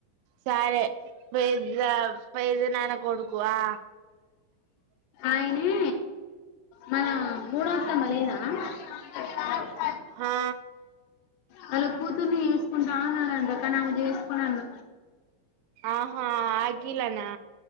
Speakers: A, on the right; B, on the left.
A: సరే పెద్ద పెద్ద నాన్న కొడుకు ఆ
B: ఆయనే మన మూడో మలనా ఆ
A: హా
B: వాళ్ళు కూతుర్ని చేసుకుంటా అన్నాండి అక్కడ నవి చేసుకున్నా మ
A: ఆహా ఆగిలానా